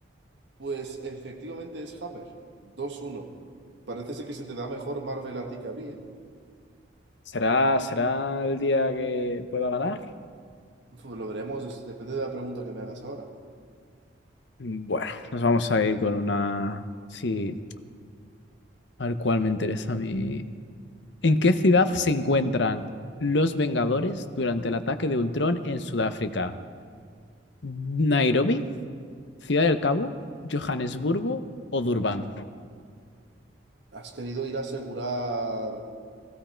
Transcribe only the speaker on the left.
¿Será, será el día que pueda ganar?
Bueno, nos vamos a ir con una... Sí, A ver cuál me interesa a mí. ¿En qué ciudad se encuentran los Vengadores durante el ataque de Ultron en Sudáfrica? ¿Nairobi, Ciudad del Cabo, Johannesburgo o Durban?